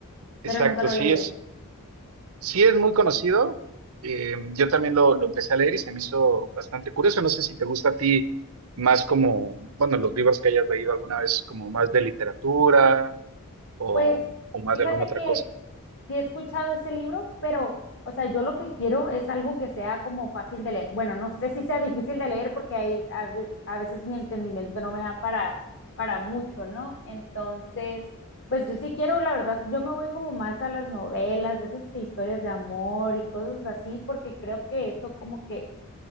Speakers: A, on the left (about 55°); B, on the right (about 70°).
A: pero
B: exacto,
A: nunca lo
B: sí
A: he leído.
B: es, sí es muy conocido. Eh, yo también lo, lo empecé a leer y se me hizo bastante curioso. No sé si te gusta a ti más como, bueno, los libros que hayas leído alguna vez, como más de literatura o,
A: Pues
B: o más
A: fíjate
B: de alguna otra
A: que
B: cosa.
A: sí he escuchado ese libro, pero, o sea, yo lo que quiero es algo que sea como fácil de leer. Bueno, no sé si sea difícil de leer porque hay, a, ve- a veces mi entendimiento no me da para, para mucho, ¿no? Entonces, pues yo sí quiero, la verdad, yo me voy como más a las novelas, esas que historias de amor y cosas así, porque creo que eso como que,